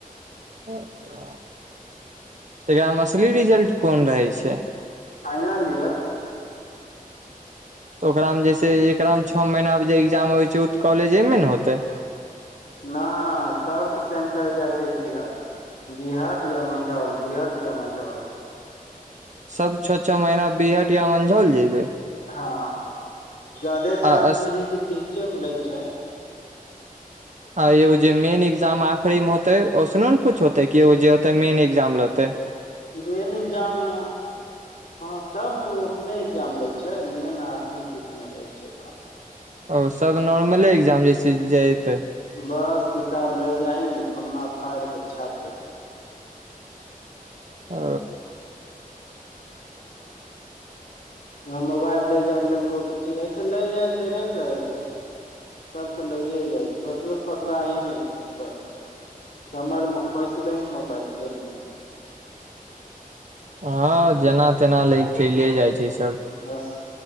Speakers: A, on the right (about 55°); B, on the left (about 80°).
A: नै पता, त एकरा में असली रिजल्ट कौन रहय छै?
B: Final year.
A: तऽ ओकरामे जे छै ऐकरा में छ महीना पे जे एग्जाम होइ छैय उ तऽ कॉलेजेमे न होतै।
B: नै सबके सेंटर जाइ छै बिहट। बिहट या मंझौल, बिहट या मंझौल।
A: सब छ छ महीना बिहट या मंझौल जेयबे।
B: हां जादे
A: आ
B: चांस
A: अस-
B: लही की बीहटे मे लै छै।
A: आ एगो जे मेन एग्जाम आखरी मे होतै ओसनो न कुछ होतै की एगो जे होते मेन एग्जाम लेतै।
B: मेन एग्जाम हँ सब त ऊ उतने एग्जाम लेय छैय मेन आ अथी कुछ नैय होइ छैय क।
A: ओ सब नॉर्मले एग्जाम जैसे जेतै?
B: बस किताब लै जाहिन पन्ना फाड़ के छापैके
A: ओ
B: हँ मोबाइल ले जाइ देलको तऽ ठीक ऐसे लै जाइल देबे करय छैय सब त लैए जाइ छै बस कियो पकड़ा ही नै त बस कमरमे खोंसि लही मोबाइल चैल जाही।
A: हँ जेना तेना लै के चैले जाइ छै सब।
B: बस